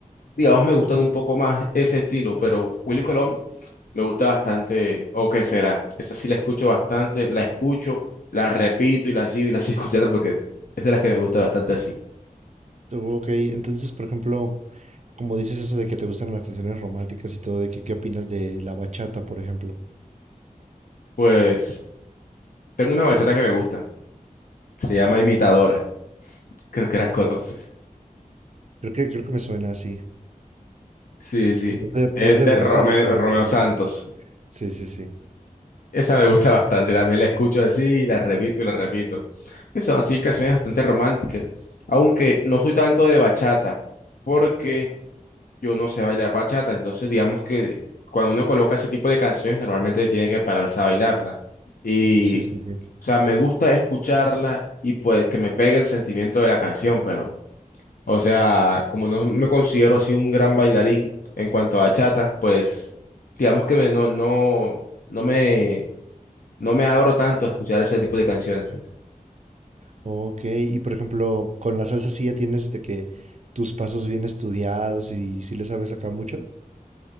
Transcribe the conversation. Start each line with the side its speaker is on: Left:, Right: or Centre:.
Left: digamos, me gustan un poco más ese estilo, pero Willy Colón me gusta bastante, o qué será. Esa sí la escucho bastante, la escucho, la repito y la sigo y la sigo <laughs> escuchando porque es de las que me gusta bastante así.
Right: Tú, Ok, entonces, por ejemplo, como dices eso de que te gustan las canciones románticas y todo, de que qué opinas de la bachata, por ejemplo.
Left: Pues tengo una bachata que me gusta, se llama Imitadora, creo que la conoces.
Right: Creo que, creo que me suena así.
Left: Sí, sí,
Right: ¿No es de,
Left: es
Right: no es de
Left: de
Right: Romeo
Left: Romeo,
Right: o no
Left: Romeo
Right: es de Romeo?
Left: Santos.
Right: Sí, sí, sí.
Left: Esa me gusta bastante, también la escucho así y la repito y la repito. Que son así canciones bastante románticas, aunque no soy tanto de bachata, porque yo no sé bailar bachata, entonces digamos que cuando uno coloca ese tipo de canciones normalmente tiene que pararse a bailarla. Y,
Right: Sí,
Left: o
Right: sí, sí.
Left: sea, me gusta escucharla y pues que me pegue el sentimiento de la canción, pero, o sea, como no me considero así un gran bailarín en cuanto a bachata, pues digamos que me- no, no, no me, no me abro tanto a escuchar ese tipo de canciones. pues.
Right: Ok, y por ejemplo, con la salsa sí ya tienes de que tus pasos bien estudiados y si le sabes acá mucho.